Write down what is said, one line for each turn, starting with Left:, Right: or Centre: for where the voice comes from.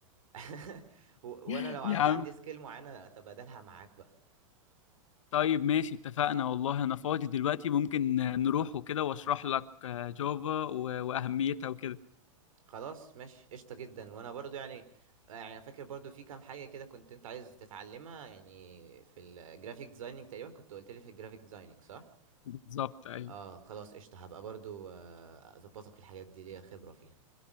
Right: <laughs> و...
Left: <laughs>
Right: وانا لو ع-
Left: يا عم
Right: عندي سكيل معينة اتبادلها معاك بقى
Left: طيب ماشي اتفقنا والله أنا فاضي دلوقتي ممكن نروح وكده وأشرح لك آه، جافا و- وأهميتها وكده
Right: خلاص ماشي قشطة جدا وانا برضو يعني يعني انا فاكر برضو في كام حاجة كده كنت انت عايز تتعلمها يعني في الجرافيك ديزايننج تقريبا كنت قلت لي في الجرافيك ديزايننج صح
Left: بالظبط أيوه
Right: اه خلاص قشطة هبقى برضو آه، اظبطك في الحاجات دي ليا خبرة فيها